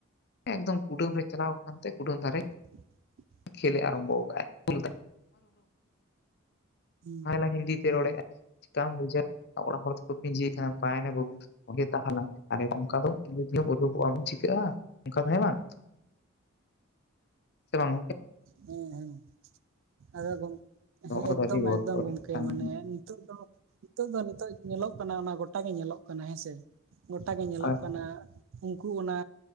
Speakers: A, on the left; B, on the right.
A: ᱦᱮᱸ ᱮᱠᱫᱚᱢ ᱠᱩᱰᱟᱹᱢ ᱨᱮ ᱪᱟᱞᱟᱣ ᱟᱠᱟᱱ ᱛᱮ ᱠᱩᱰᱟᱹᱢ ᱫᱷᱟᱨᱮᱭ
B: <inaudible>
A: ᱠᱷᱮᱞ ᱮ ᱟᱨᱚᱢᱵᱷᱚ ᱟᱠᱟᱜ ᱟᱭ <unintelligible>
B: ᱦᱮᱸ
A: ᱛᱟᱦᱚᱞᱮ ᱦᱤᱱᱫᱤ ᱛᱮ ᱨᱚᱲᱮᱫ-ᱟ ᱪᱤᱠᱟᱢ ᱵᱩᱡᱷᱟᱣ ᱚᱲᱟᱜ ᱦᱚᱲ ᱫᱚᱠᱚ <unintelligible> ᱠᱟᱱᱟ ᱚᱠᱟ ᱭᱱᱟᱭ ᱵᱟᱹᱵᱩ <unintelligible> ᱛᱟᱦᱮᱱᱟ ᱟᱨᱮ ᱚᱱᱠᱟ ᱫᱚ <unintelligible> ᱩᱰᱩᱜᱚᱜᱼᱟ ᱵᱟᱢ ᱪᱤᱠᱟᱹᱜ-ᱟ᱾ ᱚᱱᱠᱟ ᱛᱟᱦᱮᱸ <inaudible> ᱪᱮ ᱵᱟᱝ ᱜᱟᱝᱠᱮ
B: ᱦᱮᱸ ᱦᱮᱸ ᱟᱫᱚ <unintelligible>
A: ᱱᱚᱣᱟ ᱫᱚ
B: ᱮᱠᱫᱚᱢ
A: ᱟᱹᱰᱤ ᱵᱚᱛᱚᱨ
B: ᱮᱠᱫᱚᱢ ᱜᱚᱝᱠᱮ
A: ᱢᱤᱫᱴᱟᱝ
B: ᱢᱟᱱᱮ ᱱᱤᱛᱚᱜ ᱫᱚ ᱱᱤᱛᱚᱝ ᱫᱚ ᱱᱤᱛᱚᱜ ᱧᱮᱞᱚᱜ ᱠᱟᱱᱟ ᱚᱱᱟ ᱜᱚᱴᱟ ᱜᱮ ᱧᱮᱞᱚᱜ ᱠᱟᱱᱟ ᱦᱮᱸᱥᱮ? ᱜᱚᱴᱟ ᱜᱮ ᱧᱮᱞᱚᱜ
A: ᱟᱨ
B: ᱠᱟᱱᱟ ᱾ ᱩᱱᱠᱩ ᱚᱱᱟ